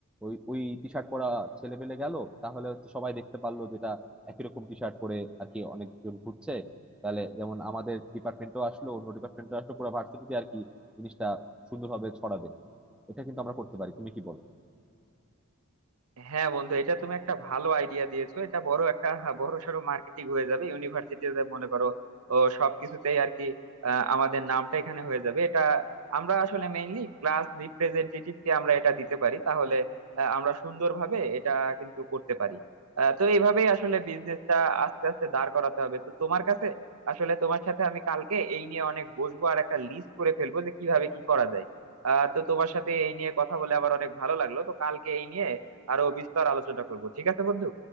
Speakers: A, in the centre; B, on the right.
A: ওই ওই টি শার্ট পরা ছেলে পেলে গেল তাহলে হচ্ছে সবাই দেখতে পারলো যেটা একই রকম টি শার্ট পরে আর কি অনেকজন ঘুরছে তাহলে যেমন আমাদের ডিপার্টমেন্টও আসলো অন্য ডিপার্টমেন্টও আসলো পুরো ভার্সিটিতে আর কি জিনিসটা সুন্দরভাবে ছড়াবে এটা কিন্তু আমরা করতে পারি তুমি কি বলো
B: হ্যাঁ বন্ধু এটা তুমি একটা ভালো আইডিয়া দিয়েছো এটা বড় একটা হ্যাঁ, বড় সড়ো মার্কেটিং হয়ে যাবে ইউনিভার্সিটিতে মনে করো ও সবকিছুতেই আর কি আহ, আমাদের নামটা এখানে হয়ে যাবে এটা আমরা আসলে মেইনলি ক্লাস রিপ্রেজেন্টেটিভ কে আমরা এটা দিতে পারি তাহলে আহ, আমরা সুন্দরভাবে এটা কিন্তু করতে পারি আহ, তো এইভাবেই আসলে বিজনেসটা আস্তে আস্তে দাঁড় করাতে হবে তো তোমার কাছে আসলে তোমার সাথে আমি কালকে এই নিয়ে অনেক বসবো আর একটা লিস্ট করে ফেলবো যে কিভাবে কি করা যায় আহ তো তোমার সাথে এই নিয়ে কথা বলে আবার অনেক ভালো লাগলো তো কালকে এই নিয়ে আরো বিস্তার আলোচনা করব ঠিক আছে বন্ধু